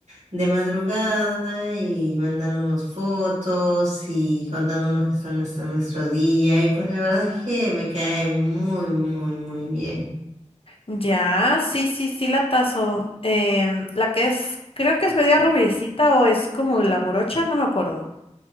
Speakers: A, on the right; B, on the left.
A: de madrugada y mandándonos fotos y contándonos qué está nuestro, nuestro día y pues la verdad es que me cae muy, muy, muy bien.
B: Ya, sí, sí, sí, la tazo. Em, la que es, creo que es media rubiecita o es como la morocha, no me acuerdo.